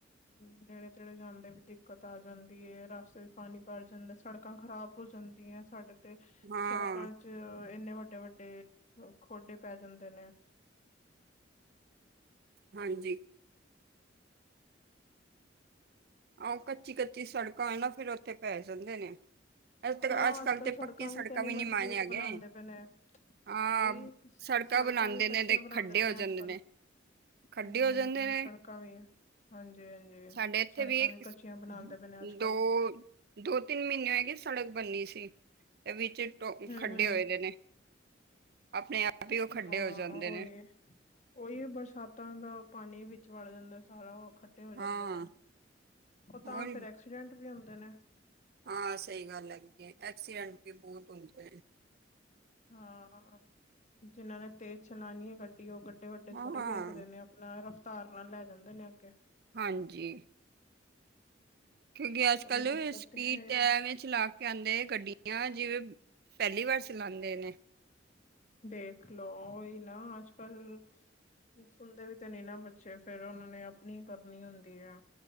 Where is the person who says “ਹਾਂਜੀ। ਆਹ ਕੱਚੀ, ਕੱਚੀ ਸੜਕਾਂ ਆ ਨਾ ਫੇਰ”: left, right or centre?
Right